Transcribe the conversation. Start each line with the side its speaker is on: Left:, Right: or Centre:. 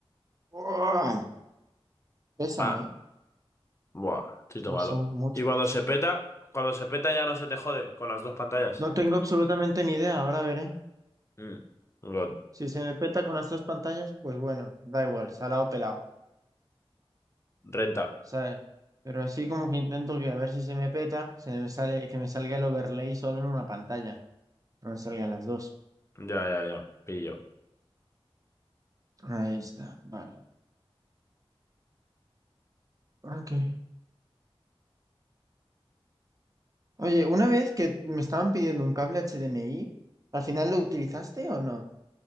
Right: ¡Uah! Pesan,
Left: Ah,
Right: ¿eh?
Left: Buah, chito
Right: Pues
Left: malo.
Right: Son muchas.
Left: Y cuando se peta, cuando se peta ya no se te jode con las dos pantallas.
Right: No tengo absolutamente ni idea. Ahora veré.
Left: Mm. God.
Right: Si se me peta con las dos pantallas, pues bueno, da igual, salado pelado,
Left: Renta.
Right: ¿sabes? Pero así como que intento que a ver si se me peta, se me sale, que me salga el overlay solo en una pantalla, no me salgan las dos.
Left: Ya, ya, ya. Pillo.
Right: Ahí está, vale. Ok. Oye, una vez que me estaban pidiendo un cable HDMI, ¿al final lo utilizaste o no?